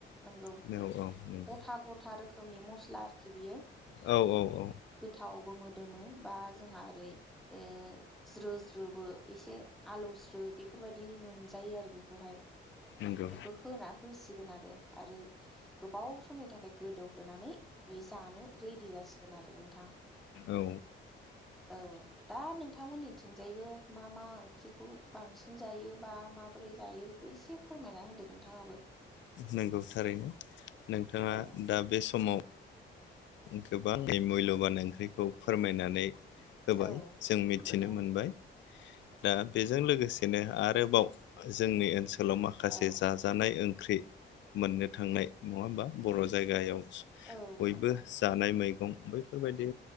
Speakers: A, in the centre; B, on the left.
A: नंगौ
B: औ औ नंगौ
A: गथा गथा रोखोमनि मस्ला आरोखि बियो।
B: औ औ
A: गोथावावबो मो दोमो बा जोंहा ओरै ओ ज्रो ज्रो एसे आलौ स्रो बेफो फोरबायदि मोनजायो आरो बेखौहाय। बेखौ
B: नंगौ
A: होना होसिगोन आरो आरो गोबाव समनि थाखाय गोदौहोनानै बे जानो रेडि जासिगोन आरो नोंथां।
B: औ
A: औ दा नों थांमोननिथिंजायबो मा मा ओंख्रिखौ बांसिन जायो बा माबोरै जायो बेखौ एसे फोरमायना होदो नोंथाङाबो।
B: नंगौ थारैनो नोंथाङा
A: औ
B: दा बे समाव गोबां मुल्यबान ओंख्रिखौ फोरमायनानै होबाय
A: औ
B: जों मिथिनो
A: नंगौ
B: मोनबाय। दा बेजों लोगोसेनो आरोबाव जोंनि ओनसो लाव माखासे
A: औ
B: जाजानाय ओंख्रि मोननो थांनाय नङा होमबा बर' जायगायाव
A: औ
B: बयबो
A: नंगौ
B: जानाय मैगं बैफोरबायदि